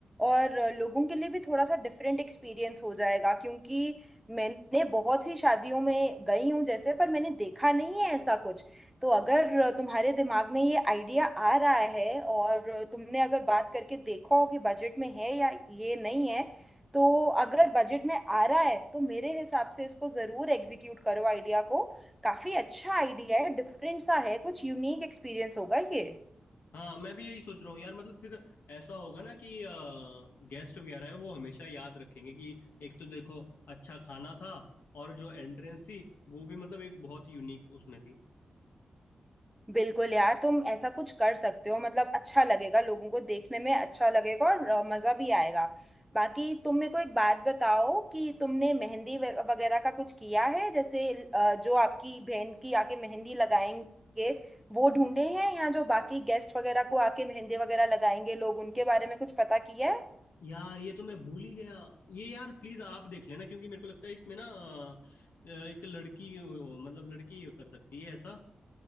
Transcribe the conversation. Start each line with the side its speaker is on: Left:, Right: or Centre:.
Centre: और अ, लोगों के लिए भी थोड़ा सा डिफरेंट एक्सपीरियंस हो जाएगा क्योंकि मैंने बहुत सी शादियों में गई हूँ जैसे पर मैंने देखा नहीं है ऐसा कुछ तो अगर अ, तुम्हारे दिमाग में ये आइडिया आ रहा है और अ, तुमने अगर बात करके देखा हो कि बजट में है या ये नहीं है तो अगर बजट में आ रहा है तो मेरे हिसाब से इसको जरूर एग्जीक्यूट करो आइडिया को काफी अच्छा आइडिया है डिफरेंट सा है कुछ यूनिक एक्सपीरियंस होगा ये
Left: हाँ मैं भी यही सोच रहा हूँ यार मतलब फिर ऐसा होगा ना कि गेस्ट वगैरह है वो हमेशा याद रखेंगे कि एक तो देखो अच्छा खाना था और जो एंट्रेंस थी वो भी मतलब एक बहुत यूनिक उसमें थी
Centre: बिल्कुल यार तुम ऐसा कुछ कर सकते हो मतलब अच्छा लगेगा लोगों को देखने में अच्छा लगेगा और अ, मजा भी आएगा बाकी तुम मेरे को एक बात बताओ कि तुमने मेहंदी वे- वगैरह का कुछ किया है जैसे अ, जो आपकी बहन की आके मेहंदी लगाएंगे वो ढूंढे हैं या जो बाकी गेस्ट वगैरह को आके मेहंदी वगैरह लगाएंगे लोग उनके बारे में कुछ पता किया है
Left: यार ये तो मैं भूल ही गया ये यार प्लीज आप देख लेना क्योंकि मेरे को लगता है इसमें ना अ, एक लड़की हो- मतलब लड़की कर सकती है ऐसा